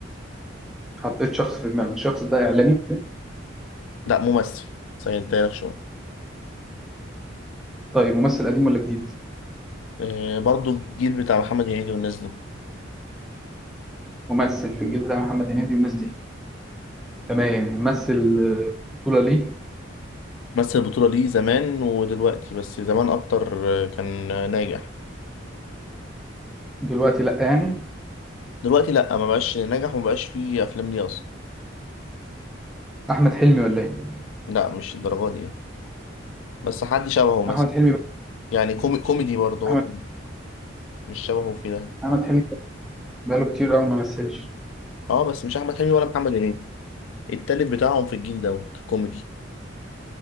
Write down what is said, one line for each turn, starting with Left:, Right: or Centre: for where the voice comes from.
Centre: حطيت شخص في دماغي الشخص ده اعلامي
Left: لا ممثل سهلتها لك شوية
Centre: طيب ممثل قديم ولا جديد؟
Left: آه، برضو الجيل بتاع محمد هنيدي والناس دي
Centre: ممثل في الجيل بتاع محمد هنيدي والناس دي تمام ممثل آه، بطولة ليه
Left: مثل البطولة دي زمان ودلوقتي بس زمان أكتر آه، كان ناجح
Centre: دلوقتي لا يعني
Left: دلوقتي لأ ما بقاش ناجح وما بقاش فيه أفلام ليه أصلا
Centre: أحمد حلمي ولا إيه؟
Left: لأ مش الدرجة دي يعني بس حد شبهه مثلا
Centre: أحمد حلمي بقى.
Left: يعني كومي كوميدي برضه هو
Centre: أحمد
Left: كوميدي مش شبهه في ده
Centre: أحمد حلمي بقاله كتير أوي ما مثلش
Left: اه بس مش أحمد حلمي ولا محمد هنيدي التالت بتاعهم في الجيل دوت كوميدي